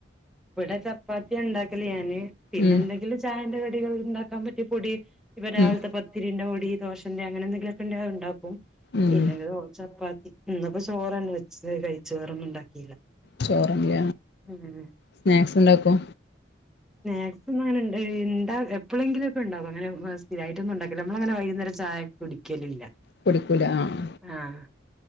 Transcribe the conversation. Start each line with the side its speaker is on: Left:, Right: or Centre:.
Centre: ഇവിടെ ചപ്പാത്തി ഉണ്ടാക്കല് ഞാന് പിന്നെ
Left: ഉം
Centre: എന്തെങ്കിലും ചായന്റെ കടികൾ ഉണ്ടാക്കാൻ പറ്റിയ പൊടി. ഇപ്പ രാവിലത്തെ
Left: ഉം
Centre: പത്തിരിന്റെ പൊടി ദോശന്റെ അങ്ങനെ എന്തെങ്കിലുമൊക്കെ ഉണ്ടേ അത് ഉണ്ടാക്കും.
Left: ഉം
Centre: ഇല്ലെങ്കില് ഓ ചപ്പാത്തി ഇന്നിപ്പോ ചോറ്ന്നെ വെച്ച് കഴിച്ചു വേറൊന്നും ഉണ്ടാക്കിയില്ല.
Left: ചോറല്ല
Centre: ഉം
Left: സ്നാക്സ് ഇണ്ടാക്കോ?
Centre: സ്നാക്സ് ഒന്നും അങ്ങനെ ഉണ്ട്ണ്ടാ എപ്പോഴെങ്കിലുംക്കെണ്ടാകും അങ്ങനെ സ്ഥിര യിട്ടൊന്നു ഉണ്ടാകില്ല നമ്മളങ്ങനെ വൈകുന്നേം ചായ. കുടിക്കലില്ല.
Left: കുടിക്കൂല ആഹ്
Centre: ആഹ്